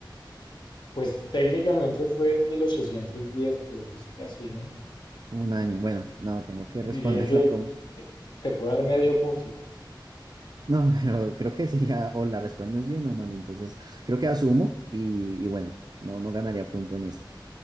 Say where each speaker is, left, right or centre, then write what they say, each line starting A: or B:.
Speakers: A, on the left; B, on the right.
A: Pues técnicamente fue en 1810, pero pues casi, ¿no?
B: Un año. Bueno, no, tengo que responderlo
A: Diría que
B: como...
A: te, te puedo dar medio punto.
B: No, <laughs> pero creo que sería o la respondes bien o mal, entonces creo que asumo y, y bueno, no, no ganaría punto en esta.